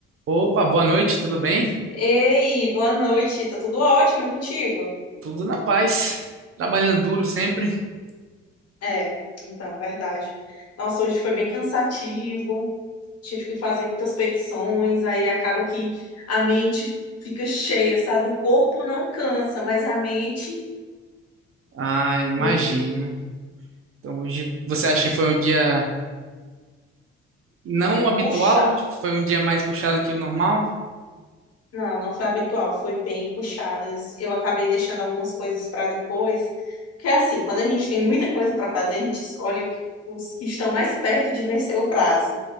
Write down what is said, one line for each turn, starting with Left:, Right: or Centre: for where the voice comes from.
Right: Opa, boa noite, tudo bem?
Left: Ei, boa noite. Tá tudo ótimo e contigo?
Right: Tudo na paz. Trabalhando duro sempre.
Left: É, então, verdade. Nossa, hoje foi bem cansativo. Tive que fazer muitas petições, aí acaba que a mente fica cheia, sabe? O corpo não cansa, mas a mente,
Right: Ah, imagino.
Left: mente
Right: Então hoje você acha que foi um dia não habitual?
Left: puxa.
Right: Tipo, Foi um dia mais puxado que o normal?
Left: Não, não foi habitual, foi bem puxadas. Eu acabei deixando algumas coisas para depois, porque assim, quando a gente tem muita coisa para fazer, a gente escolhe os que estão mais perto de vencer o prazo.